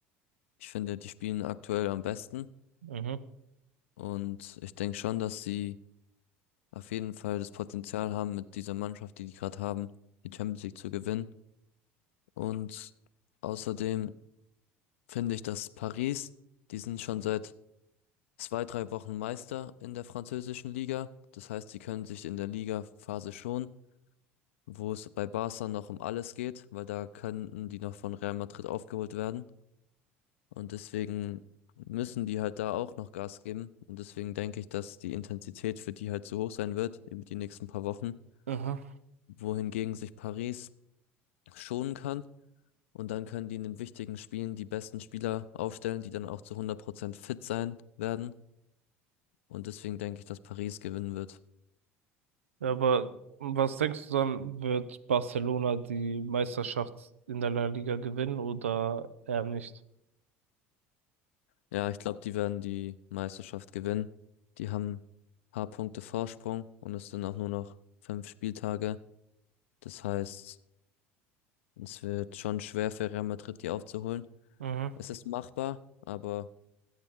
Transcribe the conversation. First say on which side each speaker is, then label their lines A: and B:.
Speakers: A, on the left; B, on the right.
A: ich finde, die spielen aktuell am besten.
B: Mhm.
A: Und ich denke schon, dass sie auf jeden Fall das Potenzial haben, mit dieser Mannschaft, die die gerade haben, die Champions League zu gewinnen. Und außerdem finde ich, dass Paris, die sind schon seit zwei, drei Wochen Meister in der französischen Liga. Das heißt, sie können sich in der Ligaphase schon, wo es bei Barca noch um alles geht, weil da könnten die noch von Real Madrid aufgeholt werden. Und deswegen müssen die halt da auch noch Gas geben. Und deswegen denke ich, dass die Intensität für die halt zu hoch sein wird, eben die nächsten paar Wochen,
B: Aha.
A: wohingegen sich Paris schonen kann. Und dann können die in den wichtigen Spielen die besten Spieler aufstellen, die dann auch zu hundert Prozent fit sein werden. Und deswegen denke ich, dass Paris gewinnen wird.
B: Aber was denkst du dann, wird Barcelona die Meisterschaft in der La Liga gewinnen oder eher nicht?
A: Ja, ich glaube, die werden die Meisterschaft gewinnen. Die haben paar Punkte Vorsprung und es sind auch nur noch fünf Spieltage. Das heißt, es wird schon schwer für Real Madrid, die aufzuholen.
B: Mhm,
A: Es ist machbar, aber